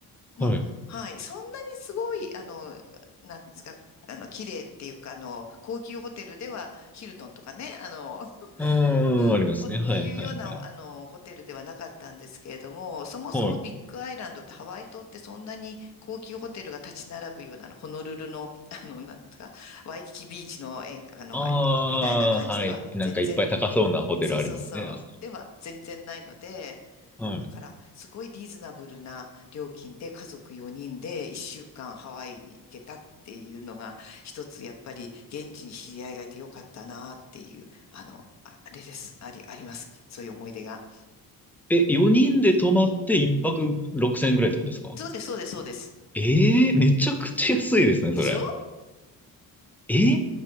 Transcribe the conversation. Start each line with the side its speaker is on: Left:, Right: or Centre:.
Left: まあ、
Centre: はい。
Left: はい。そんなにすごい、あの、なんですか、あの、綺麗っていうか、あの、高級ホテルでは、ヒルトンとかね、あの、
Centre: うんうん、
Left: うん、
Centre: ありますね。
Left: ほっていうような、
Centre: はいはいはい。
Left: あの、ホテルではなかったんですけれども、そもそもビッグアイランドってハワイ島ってそんなに高級ホテルが立ち並ぶような、
Centre: はい。
Left: のホノルルの、あの、なんとか、ワイキキビーチの、え、あの、
Centre: あ
Left: みたいな感じでは全然、
Centre: あ、はい。なんかいっぱい高そうなホテルありますね。
Left: そうそうそう、では全然ないので、
Centre: はい。
Left: だから、すごいリーズナブルな料金で家族4人で1週間ハワイに行けたっていうのが、一つやっぱり現地に知り合いがいてよかったなっていう、あの、あ、あれです。あり、あります。そういう思い出が。
Centre: え、4人で泊まって1泊6000円ぐらいってことですか
Left: そうです、そうです、そうです。
Centre: ええめちゃくちゃ安いですね、
Left: でしょ
Centre: それ。え